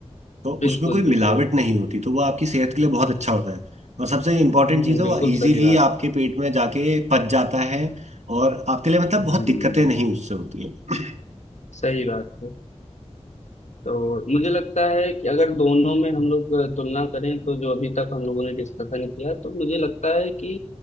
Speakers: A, on the right; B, on the left.
A: तो
B: बिल्कुल
A: उसमें कोई मिलावट
B: बिल्कुल
A: नहीं होती तो वो आपकी सेहत के लिए बहुत अच्छा होता है और सबसे इम्पोर्टेंट
B: हम्म
A: चीज़ है
B: बिल्कुल
A: वो इजीली
B: सही बात
A: आपके पेट में जाके पच जाता है और आपके लिए मतलब
B: हम्म
A: बहुत दिक्कतें नहीं उससे होती हैं
B: सही बात है तो मुझे लगता है कि अगर दोनों में हम लोग अ, तुलना करें तो जो अभी तक हम लोगों ने डिस्कशन किया तो मुझे लगता है कि